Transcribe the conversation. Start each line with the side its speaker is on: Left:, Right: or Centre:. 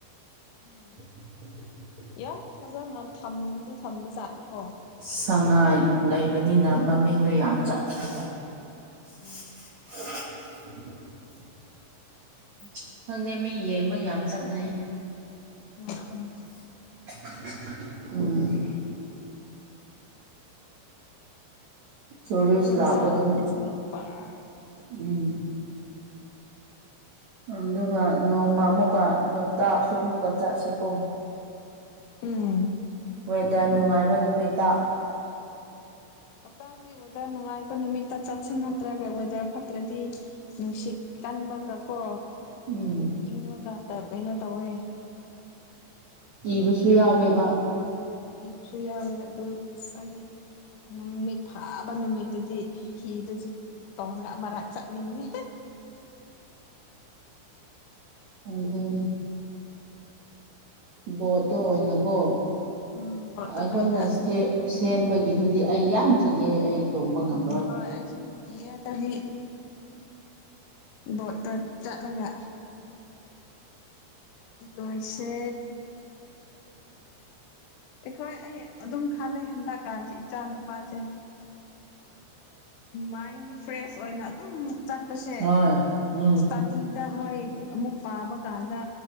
Left: ꯎꯝ
Right: <unintelligible>
Left: ꯌꯥꯝ ꯐꯖꯅ ꯊꯝꯗꯤ ꯊꯝꯕ ꯆꯥꯠꯂꯀꯣ
Right: ꯁꯉꯥꯏ ꯂꯩꯕꯅꯤꯅ ꯃꯃꯤꯡꯗꯣ ꯌꯥꯝ ꯆꯠꯈ꯭ꯔꯕ <unintelligible>
Left: ꯎꯝ
Right: ꯈꯪꯗꯦ ꯃꯤ ꯌꯦꯡꯕ ꯌꯥꯝ ꯆꯠꯅꯩ
Left: <unintelligible>
Right: ꯑꯣ ꯆꯔꯤꯁ
Left: ꯀꯩꯕꯨꯜ ꯂꯝꯖꯥꯎ
Right: ꯂꯄ ꯑꯗꯨꯨꯝ
Left: <unintelligible>
Right: ꯎꯝ ꯑꯗꯨꯒ ꯅꯣꯡꯃ ꯑꯃꯨꯛꯀ ꯂꯣꯛꯇꯥꯛꯁꯨ ꯑꯃꯨꯛꯀ ꯆꯠꯁꯤꯀꯣ
Left: ꯎꯝ
Right: ꯋꯦꯗꯔ ꯅꯨꯡꯉꯥꯏꯕ ꯅꯨꯃꯤꯠꯇ
Left: ꯍꯇꯗꯤ ꯋꯦꯗꯔ ꯅꯨꯡꯉꯥꯏꯕ ꯅꯨꯃꯤꯠꯇ ꯆꯠꯁꯤꯟ ꯅꯠꯇ꯭ꯔꯒ ꯋꯦꯗꯔ ꯐꯠꯇ꯭ꯔꯗꯤ ꯅꯨꯡꯁꯤꯠ ꯀꯟꯕꯒ ꯀꯣ
Right: ꯎꯝ
Left: ꯏꯪꯕꯒ ꯀꯩꯅꯣ ꯇꯧꯋꯦ
Right: ꯀꯤꯕꯁꯨ ꯌꯥꯎꯋꯦꯕ
Left: ꯀꯤꯕꯁꯨ ꯌꯥꯎꯋꯦ ꯑꯗꯨꯝ ꯑꯁ ꯍꯥꯏꯗꯤ ꯅꯨꯃꯤꯠ ꯐꯥꯕ ꯅꯨꯃꯤꯠꯇꯨꯗꯤ ꯍꯤꯗꯁꯨ ꯇꯣꯡ ꯃꯔꯛ ꯆꯠꯅꯤꯡꯉꯦ
Right: ꯑꯗꯣꯅꯤ ꯕꯣꯠꯇꯣ ꯑꯣꯏꯅꯀꯣ
Left: ꯎꯝ ꯕꯣꯠꯇ
Right: ꯑꯩꯈꯣꯏꯅꯦꯛ
Left: ꯑꯣꯏꯅ
Right: ꯁꯦꯝꯕꯒꯤꯗꯨꯗꯤ ꯑꯩ ꯌꯥꯝ ꯀꯤꯒꯦ ꯑꯩ ꯇꯣꯡꯕ
Left: ꯎꯝ
Right: ꯉꯝꯔꯣꯏ
Left: ꯍꯣꯏ ꯑꯩꯁꯨ ꯌꯦꯔꯒꯗꯤ ꯕꯣꯠꯇ ꯆꯠꯂꯒ ꯄꯩꯁꯦ ꯑꯩꯈꯣꯏ ꯑꯩ ꯑꯗꯨꯝ ꯈꯜꯂꯦ ꯍꯟꯗꯛꯀꯥꯟꯁꯤꯦ ꯏꯆꯥ ꯅꯨꯄꯥꯁꯦ ꯃꯥꯏꯟ ꯐ꯭ꯔꯦꯁ ꯑꯣꯏꯅ ꯑꯗꯨꯝ ꯆꯠꯄꯁꯦ
Right: ꯍꯣꯏ ꯎꯝ
Left: ꯏꯁꯇꯗꯤ ꯃꯣꯏ ꯑꯃꯨꯛ ꯄꯥꯕ ꯀꯥꯟꯗ